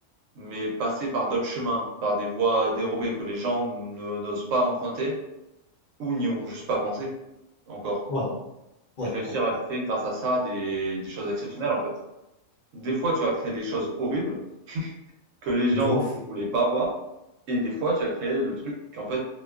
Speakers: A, on the right (about 75°); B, on the left (about 50°).
A: mais passer par d'autres chemins, par des voies dérobées que les gens ne n'osent pas emprunter ou n'y ont juste pas pensé encore.
B: Ouais, ouais,
A: Et réussir
B: ouais,
A: à
B: ouais.
A: créer grâce à ça des, des choses exceptionnelles en fait. Des fois, tu vas créer des choses horribles que les gens
B: De ouf.
A: ne voulaient pas voir, et des fois, tu as créé le truc qu'en fait